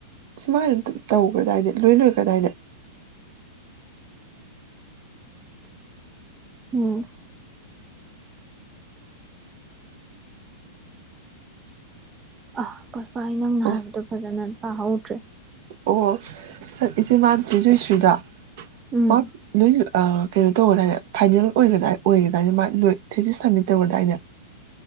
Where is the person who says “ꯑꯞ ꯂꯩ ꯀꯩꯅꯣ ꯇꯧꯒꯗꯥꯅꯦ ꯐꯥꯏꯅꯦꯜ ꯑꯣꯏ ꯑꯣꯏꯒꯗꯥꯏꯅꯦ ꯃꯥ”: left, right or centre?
Right